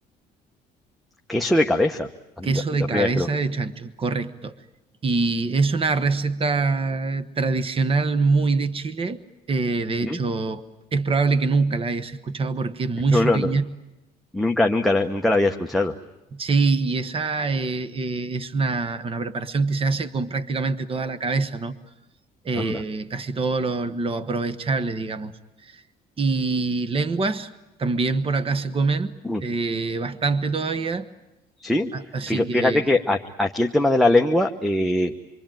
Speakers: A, in the centre; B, on the right.
A: Queso de cabeza. Anda,
B: queso
A: la
B: de cabeza
A: primera vez que lo...
B: de chancho, correcto. Y es una receta tradicional muy de Chile, eh, de
A: ¿Mm?
B: hecho, es probable que nunca la hayas escuchado porque es muy
A: <laughs> No,
B: sureña.
A: no, no. Nunca, nunca, la- nunca la había escuchado.
B: Sí, y esa eh, eh, es una, una preparación que se hace con prácticamente toda la cabeza, ¿no? Eh,
A: Anda.
B: casi todo lo, lo aprovechable, digamos. Y lenguas también por acá se comen
A: Uy,
B: eh, bastante todavía,
A: ¿Sí?
B: así
A: Fija-
B: que
A: Fíjate que a- aquí el tema de la lengua eh,